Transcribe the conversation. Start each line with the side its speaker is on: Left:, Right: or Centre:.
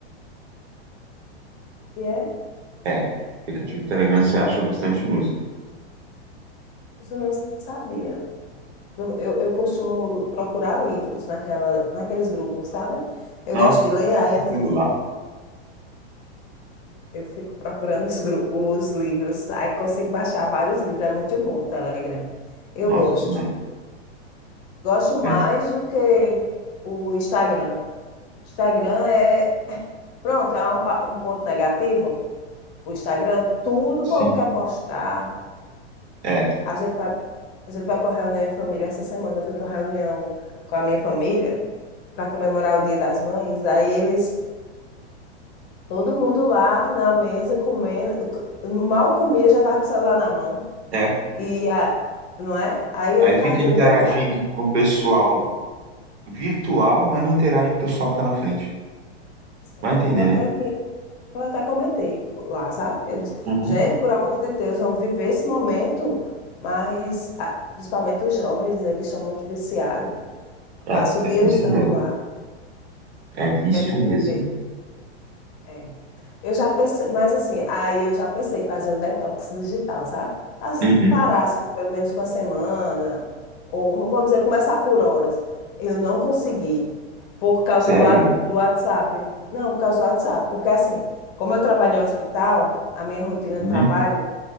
Left: E é,
Right: É, no aplicativo do Telegram você acha bastante música.
Left: isso eu não sabia. Eu, eu costumo procurar livros naquela, naqueles grupos, sabe? Eu
Right: Nossa,
Left: gosto de ler, aí às
Right: tudo
Left: vezes
Right: lá.
Left: eu fico procurando os, gru- os livros, aí consigo baixar vários livros, é muito bom o Telegram. Eu
Right: Nossa,
Left: gosto.
Right: demais.
Left: Gosto mais
Right: É,
Left: do que o Instagram. Instagram é, pronto, é um, pa- um ponto negativo. O Instagram, tudo
Right: sim,
Left: o povo quer postar.
Right: é,
Left: A gente vai, a gente vai para uma reunião em família. Essa semana eu fui para uma reunião com a minha família para comemorar o Dia das Mães, aí eles Todo mundo lá na mesa comendo, mal comia, já tava com o celular na mão.
Right: é.
Left: E a- não é? Aí
Right: Aí
Left: eu ficava
Right: fica
Left: dizendo,
Right: interagindo
Left: meu,
Right: com o pessoal virtual, mas não interage com o pessoal que tá na frente.
Left: Deus,
Right: Vai entender,
Left: eu até
Right: né?
Left: ti- eu até comentei lá, sabe? Eu disse,
Right: Uhum.
Left: gente, por amor de Deus, vamos viver esse momento, mas ah, principalmente os jovens, eles são muito viciados. Passa
Right: É,
Left: o dia
Right: é vício
Left: no celular,
Right: mesmo. É vício
Left: querem
Right: mesmo.
Left: viver. é. Eu já pensei, mas assim, aí eu já pensei em fazer um detox digital, sabe? As-
Right: Uhum.
Left: Parar, assim, pelo menos com a semana, ou vamos dizer, começar por horas. Eu não consegui, por causa
Right: Sério?
Left: do, wa- do WhatsApp. Não, por causa do WhatsApp, porque assim, como eu trabalho em hospital, a minha rotina
Right: Uhum.
Left: de trabalho